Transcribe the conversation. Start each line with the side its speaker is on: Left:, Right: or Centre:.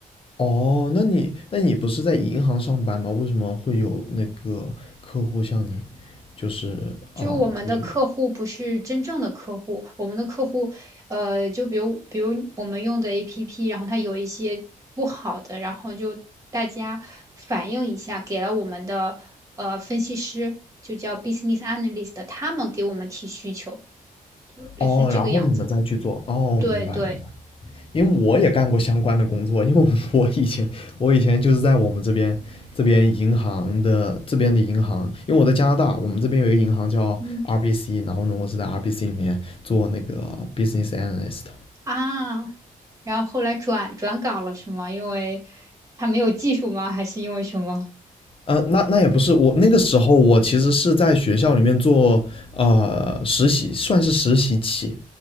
Left: 哦，那你那你不是在银行上班吗？为什么会有那个客户向你就是啊、
Right: 就是我们的客户不是真正的客户，
Left: 提出？
Right: 我们的客户，呃，就比如比如我们用的 APP，然后它有一些不好的，然后就大家反映一下，给了我们的呃分析师，就叫 business analyst，他们给我们提需求，就类似于这个样子的。
Left: 哦，然后你们再去做。哦，
Right: 对对，
Left: 明白明白。因为我也干过相关的工作，因为我以前我以前就是在我们这边这边银行的这边的银行，因为我在加拿大，我们这边有一个银行叫
Right: 嗯
Left: RBC，然后呢，我是在 RBC 里面做那个 business analyst。
Right: 啊，然后后来转转岗了是吗？因为他没有技术吗？还是因为什么？
Left: 呃，那那也不是我那个时候，我其实是在学校里面做呃实习，算是实习期。